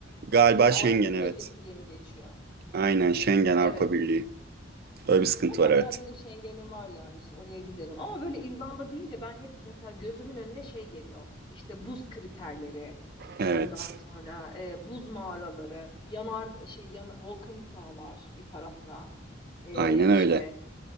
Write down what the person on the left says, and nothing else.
Ee, Avrupa
bölgesi diye mi geçiyor?
Ee,
evet.
Tamam
ya benim Schengen'im var yani işte oraya giderim. Ama böyle İzlanda deyince ben hep mesela gözümün önüne şey geliyor. İşte buz kriterleri,
ondan sonra e, buz mağaraları, yanar şey yan, volkanik dağlar bir tarafta. E,
işte